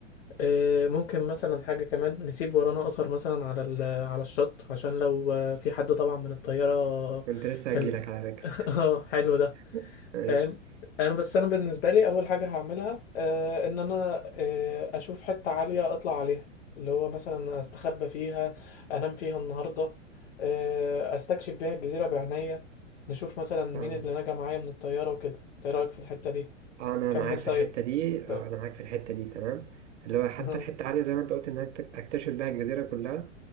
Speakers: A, on the left; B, on the right.
A: آه ممكن مثلا حاجة كمان نسيب ورانا أثر مثلا على ال... على الشط عشان لو آه، في حد طبعا من الطيارة
B: كنت لسه
A: كان
B: هجيلك على فكره
A: <laughs> اه حلو ده
B: <laughs> ماشي
A: فاهم انا بس انا بالنسبه لي اول حاجه هعملها آه ان انا آه اشوف حته عاليه اطلع عليها اللي هو مثلا استخبى فيها انام فيها النهارده آه استكشف بيها الجزيره بعناية نشوف مثلا مين
B: تمام.
A: اللي نجا معايا من الطياره وكده إنت ايه رايك في الحته دي
B: آه، انا
A: كمل
B: معاك
A: طيب
B: في الحته دي
A: طيب
B: آه، انا معاك في الحته دي تمام اللي هو حتى
A: <laughs>
B: الحته عاليه زي ما انت قلت انك تك- اكتشف بيها الجزيره كلها